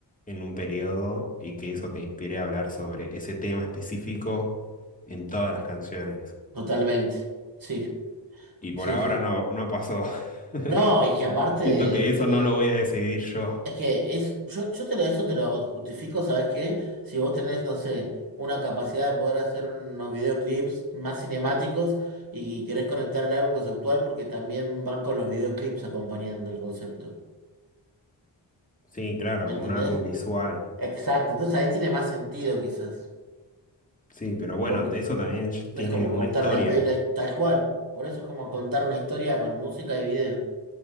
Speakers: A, on the left (about 20°); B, on the right (about 50°).
A: en un periodo y que eso te inspire a hablar sobre ese tema específico en todas las canciones.
B: totalmente. Sí,
A: Y por
B: sí,
A: ahora
B: sí.
A: no, no pasó. <laughs>
B: No, es que aparte
A: Siento que eso
B: tiene.
A: no lo voy a decidir yo.
B: Es que es. Yo, yo te lo, eso te lo justifico, ¿sabes qué? Si vos tenés, no sé, una capacidad de poder hacer unos videoclips más cinemáticos y querés conectar el álbum conceptual porque también van con los videoclips acompañando el concepto.
A: Sí, claro,
B: ¿Me
A: como
B: entendés?
A: un álbum visual.
B: Exacto. Entonces ahí tiene más sentido quizás.
A: Sí, pero bueno,
B: Porque
A: eso también
B: es
A: tiene
B: como
A: una
B: contar
A: historia.
B: una peli tal cual. Por eso es como contar una historia con música y video.